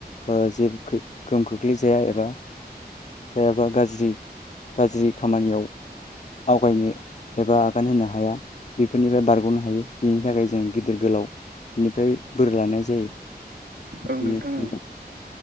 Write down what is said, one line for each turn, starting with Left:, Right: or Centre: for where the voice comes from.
Left: ओ जे गोहोम खोख्लैजाया एबा जायाबा गाज्रि गाज्रि खामानियाव आवगायनो एबा आगान होनो हाया बेफोरनिफ्राय बारग'नो हायो बिनि थाखाय जों गिदिर गोलाव निफ्राय बोर लानाय जायो
Right: ओं
Left: बेनो
Right: नोंथां ओं